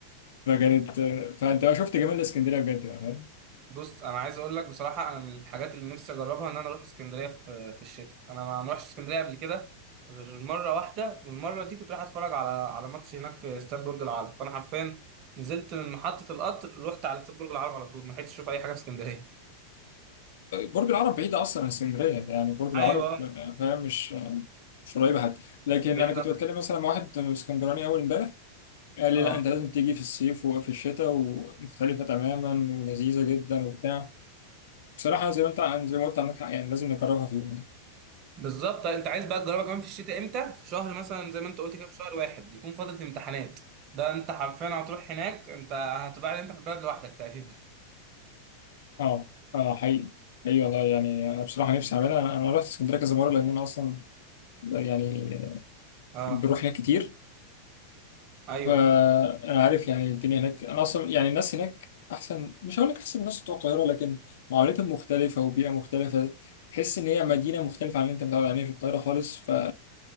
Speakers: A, on the left; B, on the right.
A: فكانت فانت بقى شفت جمال اسكندريه بجد بقى، فاهم
B: بص انا عايز اقول لك بصراحه انا من الحاجات اللي نفسي اجربها ان انا اروح اسكندريه في في الشتاء انا ما ما رحتش اسكندريه قبل كده غير مره واحده والمره دي كنت رايح اتفرج على على ماتش هناك في استاد برج العرب فانا حرفيا نزلت من محطه القطر رحت على استاد برج العرب على طول ما لحقتش اشوف اي حاجه في اسكندريه
A: برج العرب بعيد اصلا عن اسكندريه يعني برج العرب
B: ايوه
A: فاهم مش مش قريبه حتى لكن
B: بعيد
A: انا كنت
B: أوي.
A: بتكلم مثلا مع واحد اسكندراني اول امبارح قال لي
B: اه
A: لا انت لازم تيجي في الصيف وفي الشتاء ومختلفه تماما ولذيذه جدا وبتاع بصراحة زي ما انت زي ما قلت عندك حق يعني لازم نكررها في يوم يعني
B: بالظبط طيب، انت عايز بقى تجربها كمان في الشتاء امتى في شهر مثلا زي ما انت قلت كده في شهر واحد يكون فتره امتحانات ده انت حرفيا هتروح هناك انت هتبقى قاعد انت في البلد لوحدك تقريبا
A: اه اه حقيقي ايوه والله يعني انا بصراحة نفسي اعملها انا أنا رحت اسكندرية كذا مرة لان انا اصلا يعني
B: اه
A: بروح هناك كتير
B: ايوه
A: فانا عارف يعني الدنيا هناك انا اصلا يعني الناس هناك احسن مش هقول لك احسن من الناس بتوع القاهرة لكن معاملتهم مختلفة وبيئة مختلفة تحس ان هي مدينة مختلفة عن اللي انت متعود عليه في القاهرة خالص ف